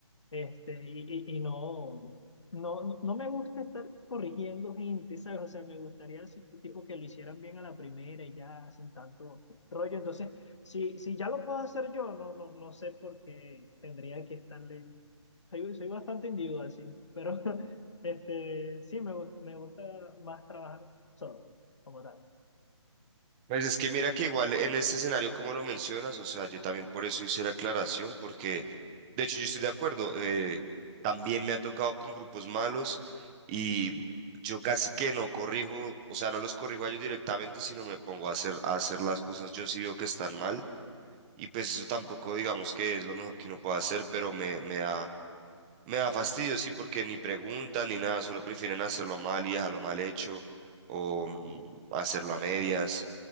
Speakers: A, on the left; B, on the right.
A: Este, y, y, y no, no, no, no me gusta estar corrigiendo gente, ¿sabes? O sea, me gustaría así que, tipo que lo hicieran bien a la primera y ya sin tanto rollo. Entonces, si, si ya lo puedo hacer yo, no, no, no sé por qué tendría que estarle. Soy, soy bastante individual, sí, pero <laughs> este, sí, me, gus- me gusta más trabajar solo, como tal.
B: Pues es que mira que igual en este escenario, como lo mencionas, o sea, yo también por eso hice la aclaración, porque de hecho yo estoy de acuerdo, eh, también me ha tocado con grupos malos y yo casi que no corrijo, o sea, no los corrijo a ellos directamente, sino me pongo a hacer, a hacer las cosas yo sí veo que están mal y pues eso tampoco digamos que es lo mejor que uno pueda hacer, pero me, me da, me da fastidio, sí, porque ni preguntan ni nada, solo prefieren hacerlo mal y dejarlo mal hecho o mm, hacerlo a medias.